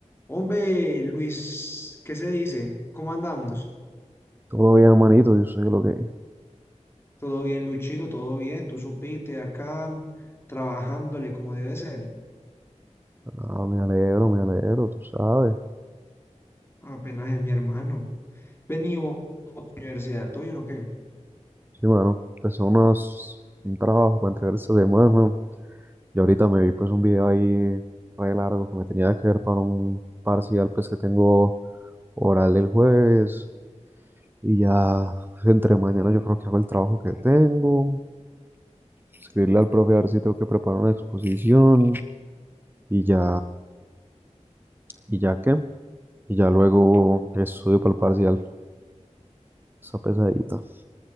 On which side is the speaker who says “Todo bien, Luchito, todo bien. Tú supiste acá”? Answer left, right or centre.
Left